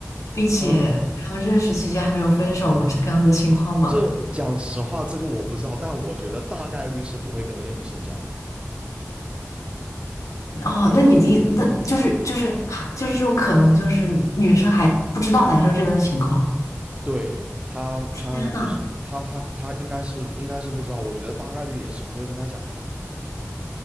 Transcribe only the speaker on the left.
并且他们认识期间还没有分手这个样子的情况吗？
哦，那你的意那就是就是还就是这种可能，就是女生还不知道男生这边的情况。
天呐，